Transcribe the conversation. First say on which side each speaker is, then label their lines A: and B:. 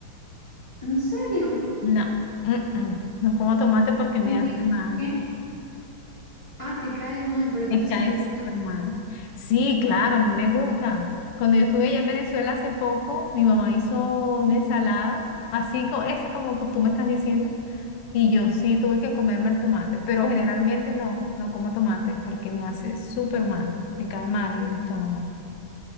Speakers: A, on the left; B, on the left.
A: ¿En serio?
B: No, mm, mm, No como tomate porque me
A: Es
B: hace
A: mi-
B: mal.
A: es- ah, te cae mal, pero
B: Me
A: sí
B: cae
A: te gusta.
B: súper mal. Sí, claro, a mí me gusta. Cuando yo estuve allá en Venezuela hace poco, mi mamá hizo una ensalada, así como esa como tú me estás diciendo, y yo sí tuve que comerme el tomate, pero generalmente no, no como tomate porque me hace súper mal, me cae mal en el estómago.